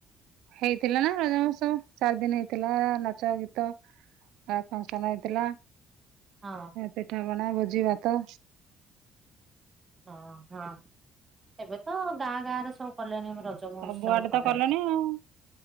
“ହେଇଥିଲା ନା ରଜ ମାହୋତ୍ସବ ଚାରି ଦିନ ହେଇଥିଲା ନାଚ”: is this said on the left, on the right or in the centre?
Right